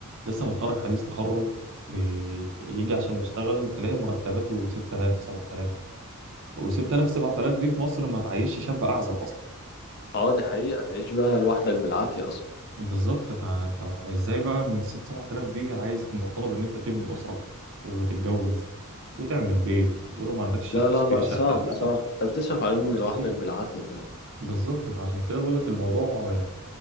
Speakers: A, on the right; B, on the left.
A: لسه متخرج حديث تخرج بيجي عشان يشتغل تلاقي مرتباته 6000 7000 و6000 7000 دي في مصر ما تعيشش شاب اعزب اصلا
B: اه دي حقيقة تعيش بقى لوحدك بالعافية أصلا
A: بالظبط فانت ازاي بقى من ست سبعة آلاف دي عايز مطالب ان انت تبني اسره وتتجوز وتعمل بيت ولو ما عندكش شقه
B: لا
A: تشتري
B: لا لا
A: شقه
B: صعب
A: لا لا
B: صعب أنت بتصرف عليهم
A: الموضوع مستحيل
B: لوحدك بالعافية فاهم
A: بالظبط فعشان كده بقول لك الموضوع يعني